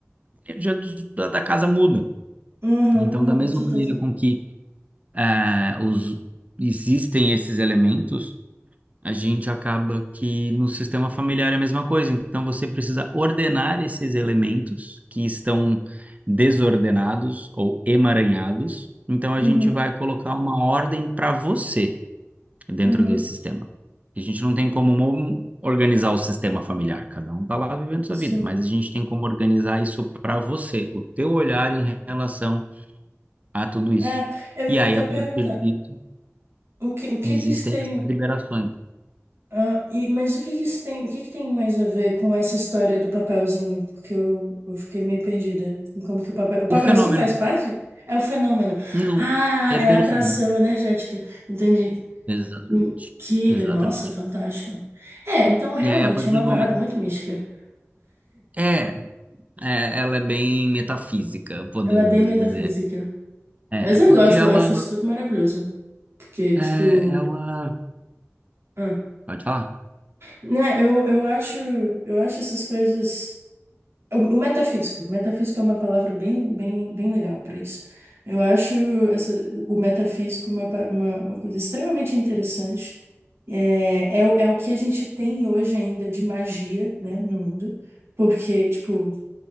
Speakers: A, on the right; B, on the right.
A: a energia dos- da, da casa muda.
B: uhum.
A: Então,
B: Não,
A: da
B: com
A: mesma
B: certeza.
A: maneira com que eh, os, existem esses elementos, a gente acaba que no sistema familiar é a mesma coisa. Então você precisa ordenar esses elementos que estão desordenados ou emaranhados. Então a
B: Uhum,
A: gente vai colocar uma ordem para você dentro
B: uhum.
A: desse sistema. A gente não tem como mo- organizar o sistema familiar, cada um está lá vivendo sua
B: Sim.
A: vida, mas a gente tem como organizar isso para você, o teu olhar em relação a tudo isso.
B: É, eu
A: E
B: ia
A: aí,
B: até
A: a
B: perguntar.
A: partir disso,
B: O que, o que
A: existem
B: que isso tem.
A: essas liberações.
B: ah, e- mas o que que isso tem, o que que tem mais a ver com essa história do papelzinho? Porque eu, eu fiquei meio perdida. em Como que o papel, o papelzinho
A: O fenômeno.
B: faz parte? É o fenômeno.
A: Não,
B: Ah,
A: é
B: é
A: pelo
B: a atração
A: frango.
B: energética. Entendi.
A: Exatamente.
B: Hum, Que,
A: Exatamente.
B: nossa, fantástico. É, então realmente
A: E aí, a partir
B: é uma
A: do
B: parada
A: momento.
B: muito mística.
A: É, é, ela é bem metafísica, podemos
B: Ela é bem
A: dizer.
B: metafísica.
A: É,
B: Mas eu
A: porque
B: gosto,
A: ela.
B: eu acho isso tudo maravilhoso. Porque, tipo.
A: É, ela.
B: ah,
A: Pode falar?
B: Né, eu, eu acho, eu acho essas coisas. O, o metafísico. Metafísico é uma palavra bem, bem, bem legal para isso. Eu acho essa- o metafísico uma, pa- uma, uma coisa extremamente interessante. É, é, o- é o que a gente tem hoje ainda de magia, né, no mundo. Porque, tipo,